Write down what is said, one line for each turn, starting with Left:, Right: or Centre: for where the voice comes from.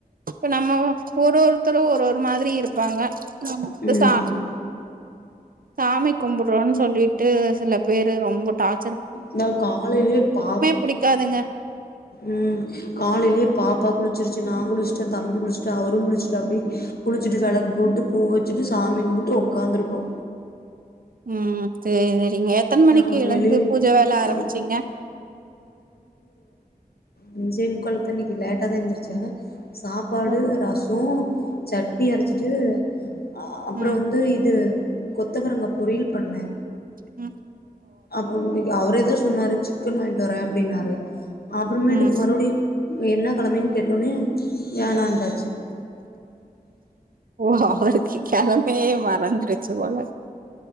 Right: இப்ப நம்ம ஒரு ஒருத்தரும் ஒரு ஒரு மாதிரி இருப்பாங்க நம்ம வந்து
Left: ம்
Right: சா சாமி கும்புடுறோன்னு சொல்லிட்டு சில பேரு ரொம்ப டார்ச்
Left: இதா காலேல்லயே பாப்பா
Right: புடிக்காதுங்க
Left: உம் காலேல்லயே பாப்பா குளிச்சிருச்சு நா குளிச் தம்பி குழுச்சிட்டா. அவுருங் குழுச்சுடாப்படி குழுச்சுட் இது அளக்கு போட்டு பூவ் வெச்சிட்டு சாமி கும்புட்டு உட்காந்துருக்கோ.
Right: உம் சேரிங்க. நீங்க எத்தன மணிக்கு
Left: நா ஒரு
Right: எழுந்து
Left: வெளிய
Right: பூஜ வேல ஆரம்பிச்சீங்க.
Left: ம் அன்ஜே முக்காளுக்குதா இன்னிக்கு லேடா தா எந்துருச்சே சாப்பாடு
Right: ம்
Left: ரஸ் <unintelligible> சட்னி அரைச்சிட்டு அ அப்புறோ
Right: ம்
Left: வந்து இது கொத்தவரங்கா பொரியல் பண்ணே
Right: உம்
Left: அப்புறே இன்னிக்கி அவரே தா சொன்னாரு சிக் க்கன் வாங்கிட்டு வரே அப்டின்னாரு அப்புறமேட்டுக்கு
Right: ம்
Left: மறுபிடி என்ன கிழமென்னு கேட்டோன்னே வேணான்டாறு
Right: ஓ அவர் கெழம்மையே மறந்து டிச்சு போல